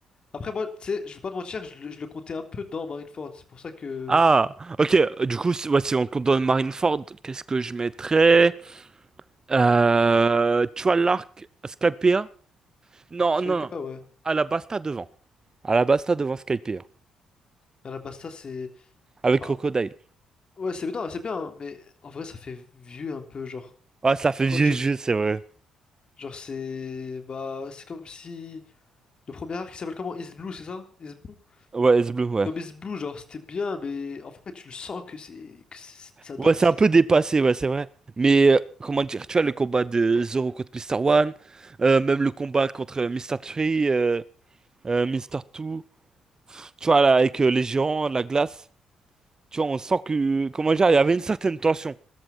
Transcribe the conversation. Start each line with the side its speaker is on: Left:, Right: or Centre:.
Left: Après, moi, tu sais, je vais pas te mentir, je le, je le comptais un peu dans Marineford. C'est pour ça que.
Right: Ah, ok, du coup, si, ouais, si on compte dans Marineford, qu'est-ce que je mettrais? Euh, tu vois l'arc Skypea? Non,
Left: Skype,
Right: non, non.
Left: ouais.
Right: Alabasta devant. Alabasta devant Skypea.
Left: À la Basta, c'est.
Right: Avec
Left: Bah,
Right: Crocodile.
Left: ouais, c'est bien c'est bien. hein, mais en vrai, ça fait vieux un peu. Genre,
Right: Ah, ça fait
Left: quand
Right: vieux
Left: tu.
Right: jeu, c'est vrai.
Left: Genre, c'est. Bah, c'est comme si. Le premier arc qui s'appelle comment? Is Blue, c'est ça? Is Blue?
Right: Ouais, S bleu, ouais.
Left: Comme Is Blue, genre, c'était bien, mais en fait, tu le sens que c'est que c'est- ça
Right: Ouais,
Left: date.
Right: c'est un peu dépassé, ouais, c'est vrai. Mais euh, comment dire, tu vois le combat de Zoro contre Mister One, euh, même le combat contre Mister Three, euh, euh, Mr. Two, tu vois, là, avec euh, les géants, la glace, tu vois, on sent que, comment dire, il y avait une certaine tension